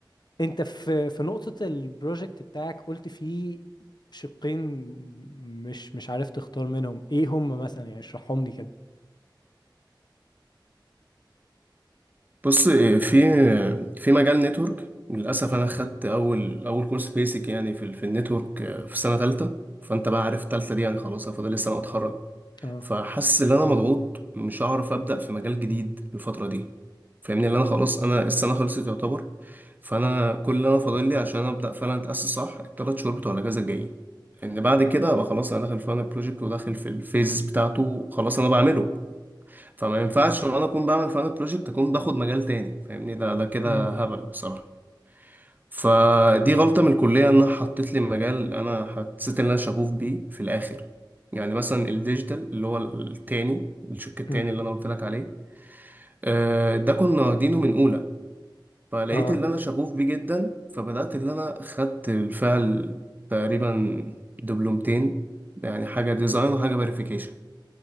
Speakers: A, on the left; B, on the right.
A: انت في في نقطة البروجكت بتاعك قلت فيه شقين مش مش عارف تختار منهم ايه هم مثلا يعني اشرحهم لي كده
B: بص إيه، في في مجال نتورك للأسف
A: مم.
B: أنا خدت أول أول كورس بيسك يعني في ال- في النتورك آه، في سنة تالتة فأنت بقى عارف تالتة دي يعني خلاص أنا فاضل لي سنة وأتخرج
A: اه
B: فحاسس إن أنا مضغوط مش هعرف أبدأ في مجال جديد الفترة دي فاهمني اللي أنا خلاص أنا السنة خلصت يعتبر فأنا كل اللي أنا فاضل لي عشان أبدأ فعلا أتأسس صح التلات شهور بتوع الأجازة الجايين لأن بعد كده أبقى خلاص أنا داخل في البروجكت وداخل في الفيز بتاعته خلاص أنا بعمله فما ينفعش وانا اكون بعمل فانا بروجكت اكون باخد مجال تاني فاهمني ده ده كده
A: امم
B: هبل بصراحه فدي غلطه من الكليه انها حطت لي مجال انا حسيت ان انا شغوف بيه في الاخر يعني مثلا الديجيتال اللي هو التاني الشق التاني
A: امم
B: اللي انا قلت لك عليه آه، ده كنا واخدينه من اولى فلقيت
A: اه
B: اللي انا شغوف بيه جدا فبدات اللي انا خدت بالفعل تقريبا دبلومتين يعني حاجه ديزاين وحاجه فيريفيكيشن